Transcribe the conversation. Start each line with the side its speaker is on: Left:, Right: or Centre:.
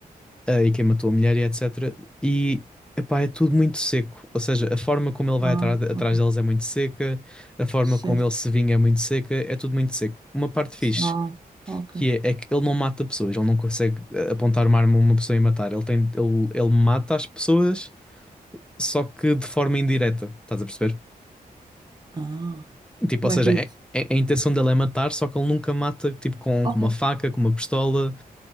Centre: eh, e quem matou a mulher e etc. E, epá, é tudo muito seco, ou seja, a forma como ele vai
Right: Ah,
Centre: atrás, atrás
Right: ok.
Centre: deles é muito seca, a forma
Right: Certo.
Centre: como ele se vinga é muito seca, é tudo muito seco. Uma parte fixe
Right: Ah, ok.
Centre: que é, é que ele não mata pessoas, ele não consegue eh, apontar uma arma a uma pessoa e matar. Ele tem, ele, ele mata as pessoas, só que de forma indireta, estás a perceber?
Right: Ah,
Centre: Tipo,
Right: como
Centre: ou seja,
Right: é que é
Centre: é-
Right: isso?
Centre: é- a intenção dele é matar, só que ele nunca mata, tipo, com,
Right: Ok.
Centre: com uma faca, com uma pistola.